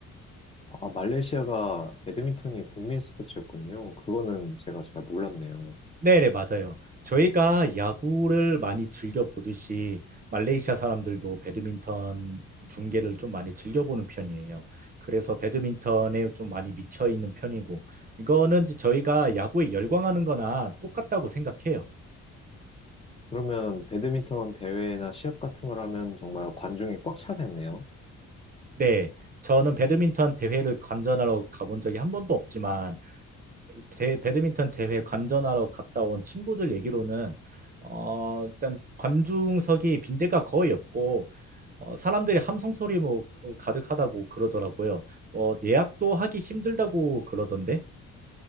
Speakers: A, on the left (about 20°); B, on the right (about 30°).
A: 아, 말레이시아가 배드민턴이 국민 스포츠였군요. 그거는 제가 잘 몰랐네요.
B: 네네, 맞아요. 저희가 야구를 많이 즐겨 보듯이 말레이시아 사람들도 배드민턴 중계를 좀 많이 즐겨 보는 편이에요. 그래서 배드민턴에 좀 많이 미쳐 있는 편이고, 이거는 이제 저희가 야구에 열광하는 거나 똑같다고 생각해요.
A: 그러면 배드민턴 대회나 시합 같은 걸 하면 정말 관중이 꽉 차겠네요.
B: 네, 저는 배드민턴 대회를 관전하러 가본 적이 한 번도 없지만, 대, 배드민턴 대회 관전하러 갔다 온 친구들 얘기로는 어, 일단 관중석이 빈대가 거의 없고 어, 사람들이 함성 소리 뭐 어, 가득하다고 그러더라고요. 어, 예약도 하기 힘들다고 그러던데.